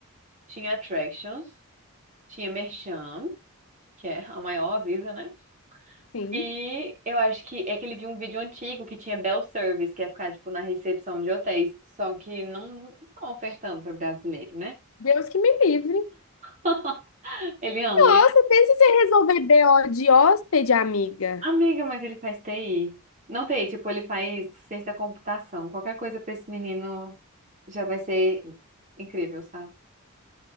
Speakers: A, on the right (about 35°); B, on the left (about 70°).
A: tinha Attractions, tinha Merchan, que é a maior avisa, né?
B: Sim.
A: E eu acho que é que ele viu um vídeo antigo que tinha Bell Service, que é ficar tipo na recepção de hotéis, só que não, não ofertando para brasileiro, né?
B: Deus que me livre.
A: <laughs> Ele ama.
B: Nossa, pensa em você resolver B o de hóspede, amiga.
A: Amiga, mas ele faz TI. Não TI, tipo, ele faz ciência da computação. Qualquer coisa para esse menino já vai ser incrível, sabe?